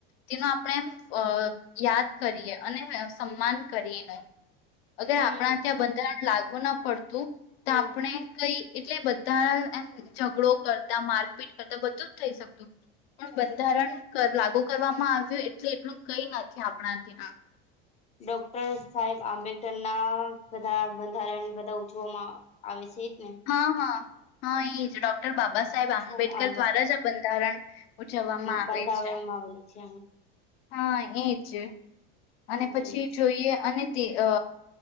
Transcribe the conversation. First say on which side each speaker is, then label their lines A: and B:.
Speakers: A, on the left; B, on the left.
A: તેનો આપણે અ યાદ કરીએ અને સન્માન કરીનો અગર
B: હમ
A: આપણા ત્યાં બંધારણ લાગુ ના પડતું તો
B: હમ
A: આપણે કઈ એટલે બધા એમ ઝઘડો કરતા મારપીટ કરતા બધું જ થઈ શકતું. પણ બંધારણ કર લાગુ કરવામાં આવ્યું એટલું એટલું કઈ નથી આપણા ત્યાં.
B: ડોક્ટર સાહેબ આંબેડકર ના બધા બંધારણ બધા ઉજવવામાં આવે છે. એજ ને
A: હ હ. હા એજ ડોક્ટર બાબા સાહેબ આંબેડકર
B: કરવા
A: દ્વારા જ આ બંધારણ ઉજવવામાં આવે
B: બંધાવવામાં
A: છે
B: આવેલું છે
A: હા. એ જ. અને પછી
B: જોઈ
A: જોઈએ અને તે અ.